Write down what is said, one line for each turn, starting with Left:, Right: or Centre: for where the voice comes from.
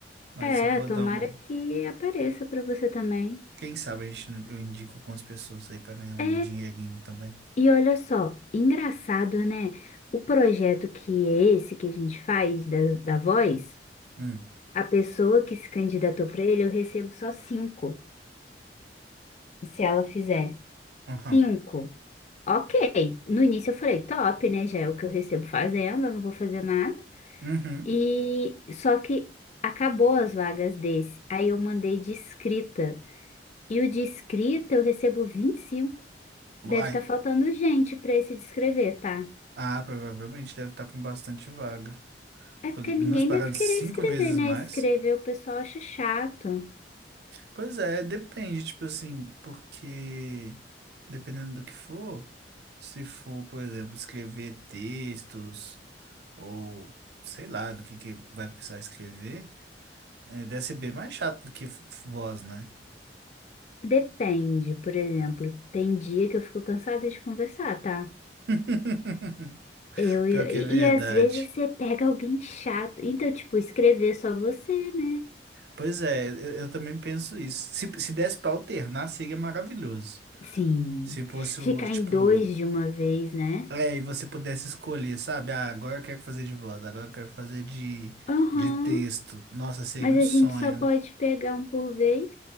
Right: Mas
Left: É,
Right: eu vou
Left: tomara
Right: dar uma.
Left: que apareça pra você também.
Right: Quem sabe a gente, não- eu indico algumas pessoas aí pra ganhar um
Left: É.
Right: dinheirinho também.
Left: E olha só, engraçado, né? O projeto que é esse que a gente faz da, da voz.
Right: Hum,
Left: A pessoa que se candidatou para ele, eu recebo só cinco. Se ela fizer
Right: aham,
Left: cinco, ok. No início eu falei, top, né? Já é o que eu recebo fazendo, eu não vou fazer nada.
Right: uhum,
Left: E só que acabou as vagas desse. Aí eu mandei de escrita. E o de escrita eu recebo 25.
Right: Uai.
Left: Deve estar faltando gente para esse de escrever, tá?
Right: Ah, provavelmente deve estar com bastante vaga.
Left: É porque
Right: Porque
Left: ninguém
Right: nós pagamos
Left: deve querer
Right: cinco
Left: escrever,
Right: vezes
Left: né?
Right: mais.
Left: Escrever o pessoal acha chato.
Right: Pois é, depende, tipo assim, porque dependendo do que for, se for, por exemplo, escrever textos. ou sei lá do que, que vai precisar escrever, é, deve ser bem mais chato do que f- voz, né?
Left: Depende, por exemplo, tem dia que eu fico cansada de conversar, tá?
Right: <laughs>
Left: Eu, eu-
Right: Pior que
Left: e
Right: é verdade.
Left: e às vezes você pega alguém chato. Então, tipo, escrever só você, né?
Right: Pois é, eu, eu também penso isso. Se, se desse pra alternar, seria maravilhoso.
Left: Sim.
Right: Se fosse,
Left: Ficar
Right: o, tipo,
Left: em dois de uma vez, né?
Right: é, e você pudesse escolher, sabe? Ah, agora eu quero fazer de voz, agora eu quero fazer de,
Left: Aham.
Right: de texto. Nossa, seria
Left: Mas
Right: um
Left: a
Right: sonho.
Left: gente só pode pegar um por vez.